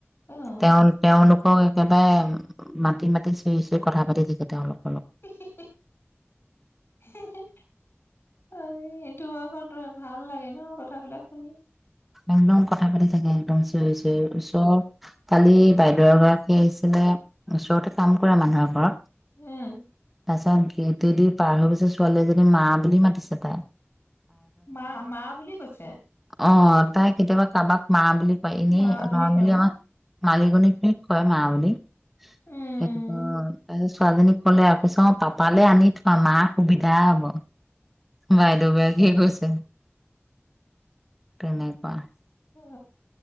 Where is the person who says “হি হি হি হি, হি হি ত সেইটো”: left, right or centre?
Left